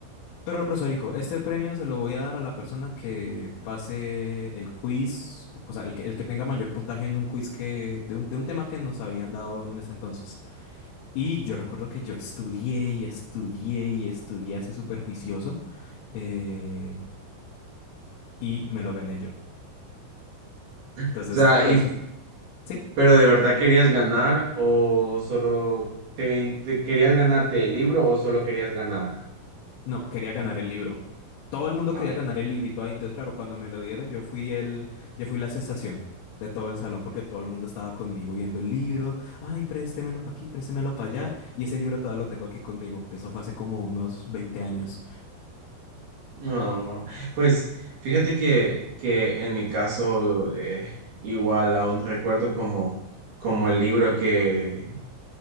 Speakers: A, on the left (about 75°); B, on the right (about 55°).
A: Pero la profesora dijo, este premio se lo voy a dar a la persona que pase el quiz, o sea, el que, el que tenga mayor puntaje en un quiz que, de un, de un tema que nos habían dado en ese entonces. Y yo recuerdo que yo estudié y estudié y estudié así súper juicioso eh, y me lo gané yo.
B: O
A: Entonces,
B: sea,
A: claro,
B: y
A: eso, sí,
B: ¿Pero de verdad querías ganar o solo te, te- querías ganarte el libro o solo querías ganar?
A: no, quería ganar el libro. Todo el mundo
B: Ah,
A: quería ganar el librito ahí. Entonces, claro, cuando me lo dieron, yo fui el, yo fui la sensación de todo el salón porque todo el mundo estaba conmigo viendo el libro. Ay, préstemelo para aquí, préstemelo para allá. Y ese libro todavía lo tengo aquí conmigo. Eso fue hace como unos 20 años.
B: no. Pues fíjate que, que en mi caso eh, igual aún recuerdo como, como el libro que,